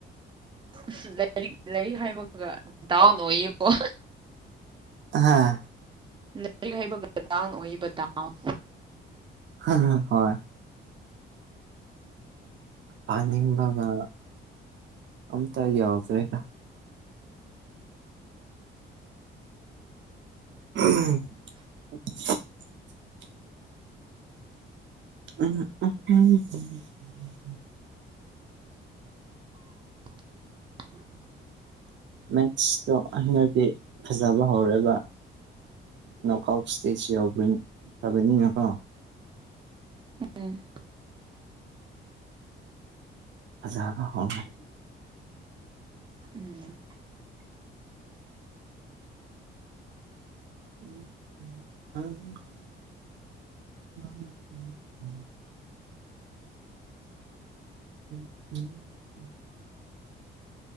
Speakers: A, on the right (about 25°); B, on the right (about 65°).
A: ꯑ ꯂꯥꯏꯔꯤꯛ ꯂꯥꯏꯔꯤꯛ ꯍꯥꯏꯕꯒ ꯗꯥꯎꯟ ꯑꯣꯏꯌꯦꯀꯣ
B: ꯍꯥꯥ
A: ꯂꯥꯏꯔꯤꯛ ꯍꯥꯏꯕꯒꯥ ꯗꯥꯎꯟ ꯑꯣꯏꯕ ꯗꯥꯎꯟ
B: ꯍꯣꯏ ꯄꯥꯅꯤꯡꯕꯒ ꯑꯝꯇ ꯌꯥꯎꯗ꯭ꯔꯦꯗ ꯎꯝ <inaudible> ꯎꯝ ꯎꯝ <inaudible>
A: <unintelligible>
B: ꯃꯦꯠꯁꯇꯣ ꯍꯟꯗꯛꯇꯤ ꯐꯖꯕ ꯍꯧꯔꯦꯕ ꯅꯣꯛ ꯑꯥꯎꯠ ꯁꯇꯦꯜ ꯌꯥꯎꯈ꯭ꯔꯕꯅꯤꯅꯥ ꯀꯦ
A: ꯎꯝ
B: ꯐꯖꯥꯕ ꯍꯧꯔꯦ
A: ꯎꯝ <inaudible>
B: ꯎꯝ ꯎ ꯎꯝ <inaudible> ꯎꯝꯝ ꯎꯝ ꯎꯝ